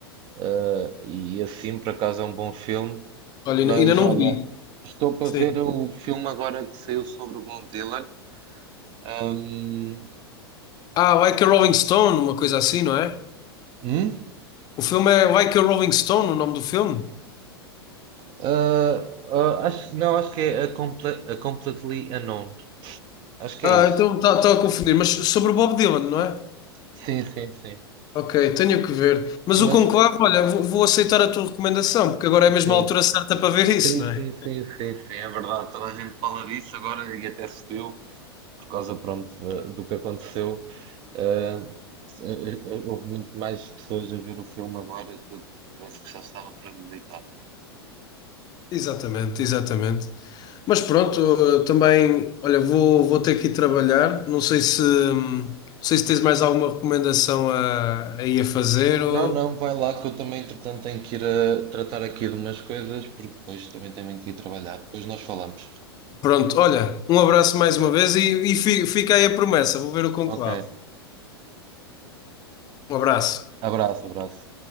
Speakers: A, on the right (about 35°); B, on the left (about 30°).
A: eh, e assim por acaso é um bom filme.
B: Olha,
A: Mas
B: ainda ainda não
A: olha,
B: vi.
A: estou para
B: Sim.
A: ver o filme agora que saiu sobre o Bob Dylan. Ahm,
B: Ah, Like a Rolling Stone, uma coisa assim, não é?
A: hum?
B: O filme é Like a Rolling Stone, o nome do filme?
A: Ah, ah, acho, não, acho que é a, Comple- a Completely Unknown. Acho que
B: Ah,
A: é isso.
B: então está a confundir. Mas sobre o Bob Dylan, não é?
A: Sim, sim, sim.
B: Ok, tenho que ver. Mas
A: Mas
B: o conclave, olha, vou, vou aceitar a tua recomendação, porque agora é
A: sim.
B: mesmo a altura certa para ver isso,
A: Sim,
B: não
A: sim,
B: é?
A: sim, sim, sim, é verdade. Toda a gente fala disso agora e até subiu por causa, pronto, da- do que aconteceu. Ah, eh, eh, houve muito mais pessoas a ver o filme agora, tudo, parece que já estava premeditado.
B: Exatamente, exatamente. Mas pronto, eu também, olha, vou, vou ter que ir trabalhar. Não sei se, hum, não sei se tens mais alguma recomendação a, a ir a fazer ou...
A: Não, não, vai lá que eu também, entretanto, tenho que ir a tratar aqui de umas coisas, porque depois também tenho que ir trabalhar. Depois nós falamos.
B: Pronto, olha, um abraço mais uma vez e, e fi- fica aí a promessa. Vou ver o conclave.
A: Ok,
B: Um abraço.
A: abraço, abraço.